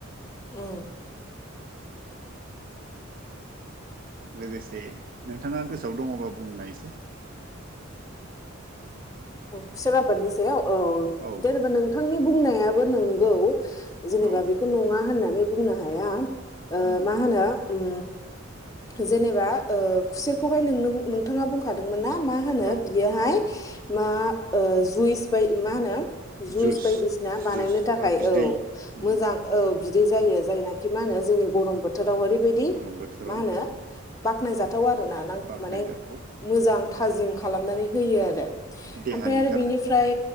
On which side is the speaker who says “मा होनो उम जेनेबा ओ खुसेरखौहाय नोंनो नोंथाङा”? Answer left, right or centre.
Left